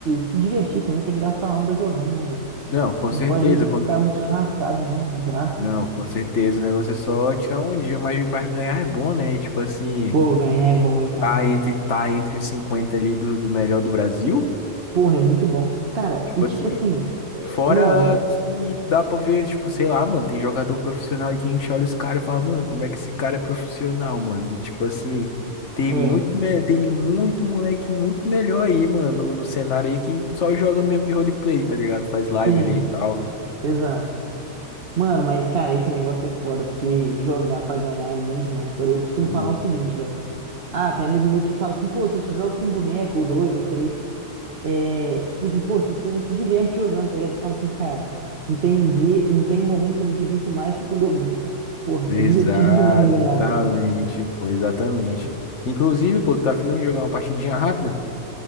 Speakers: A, on the right; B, on the left.
A: se divertir também, tem que gastar uma onda jogando, né, velho?
B: Não, com
A: Não
B: certeza.
A: pode
B: Quando...
A: ficar muito churrascado, não, de graça.
B: Não, com certeza. O negócio é só tirar um dia, mas, mas ganhar é bom, né? E, tipo assim,
A: Pô, ganhar é bom, hein, cara.
B: tá entre, tá entre os 50 ali do, do melhor do Brasil.
A: Porra, é muito bom. Cara,
B: Tipo
A: e tipo
B: assim,
A: assim, é,
B: fora
A: mano,
B: que dá pra ver, tipo, sei lá, mano, tem jogador profissional aí que a gente olha os caras e fala, mano, como é que esse cara é profissional, mano? E tipo assim, tem
A: é,
B: muito, me- tem muito moleque muito melhor aí, mano, no, no cenário aí que só joga mesmo de roleplay, tá ligado? Faz live
A: sim.
B: ali e tal.
A: Exato. Mano, mas, cara, esse negócio é foda, porque jogar pra ganhar é bom demais, cara. Eu costumo
B: Hum.
A: falar o seguinte, velho. Ah, tem amigo meu que fala assim, pô, você só joga com um boneco, ou dois, ou três. É, tipo assim, pô, você se- não se diverte jogando, tá ligado? Eu falo assim, cara, não tem, ver, não tem momento que eu me divirto mais que quando eu ganho, cara. Porra,
B: Exatamente,
A: é divertido demais ganhar, tá ligado?
B: pô, exatamente. Inclusive, pô, tá afim de jogar uma partidinha rápida?